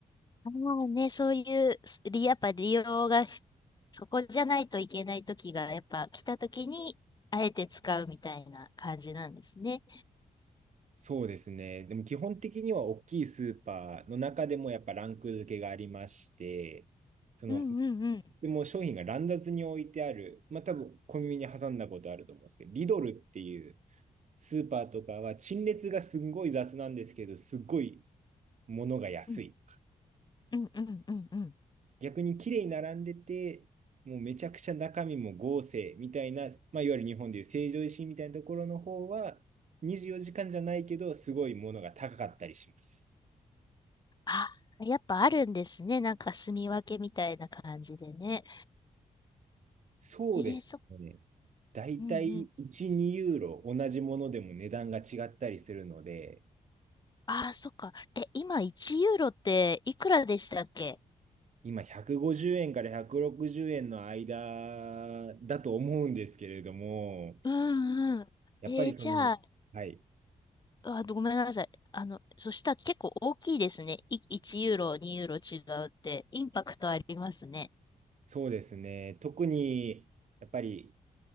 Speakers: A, on the left; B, on the right.
A: ああね、そういう、すりやっぱ利用がそこじゃないといけない時が、やっぱ来た時に、あえて使うみたいな感じなんですね。
B: そうですね。でも基本的には大きいスーパーの中でもやっぱランク付けがありまして、その
A: うんうんうん。
B: でもう商品が乱雑に置いてある、まあ多分コンビニに挟んだことあると思うんですけど、リドルっていうスーパーとかは陳列がすごい雑なんですけど、すごい物が安いとか。
A: うんうんうんうんうん。
B: 逆に綺麗に並んでて、もうめちゃくちゃ中身も豪勢みたいな、まあ、いわゆる日本でいう成城石井みたいなところの方は、24時間じかんじゃないけど、すごいものが高かったりします。
A: あやっぱあるんですね。なんか住み分けみたいな感じでね。
B: そうですね。
A: えー、そ、
B: だいたい1、
A: うんうん。
B: 2ユーロ同じものでも値段が違ったりするので、
A: ああ、そっか。え、今1ユーロっていくらでしたっけ
B: 今150円から160円の間だと思うんですけれども、
A: うんうん。
B: やっぱりその、
A: えーじゃあ、
B: はい、
A: あ、ごめんなさい。あの、そしたら結構大きいですね。い1ユーロ、2ユーロ違うって、インパクトありますね。
B: そうですね。特に、やっぱり